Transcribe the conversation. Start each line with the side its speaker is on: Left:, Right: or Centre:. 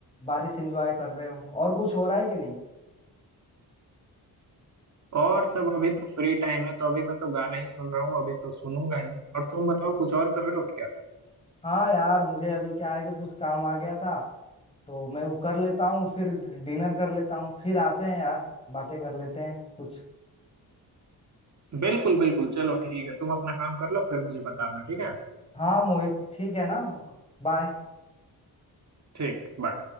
Left: बारिश एंजॉय कर रहे हो और कुछ हो रहा है कि नहीं
Right: और सब अभी तो फ्री टाइम है तो अभी मैं तो गाना ही सुन रहा हूँ अभी तो सुनूंगा ही और तुम बताओ कुछ और कर रहे हो क्या
Left: हाँ यार मुझे अभी क्या है कि कुछ काम आ गया था तो मैं वो कर लेता हूँ फिर डिनर कर लेता हूँ फिर आते हैं यार बातें कर लेते हैं कुछ
Right: बिल्कुल बिल्कुल चलो ठीक है तुम अपना काम कर लो फिर मुझे बताना ठीक है
Left: हाँ मोहित ठीक है ना बाय
Right: ठीक बाय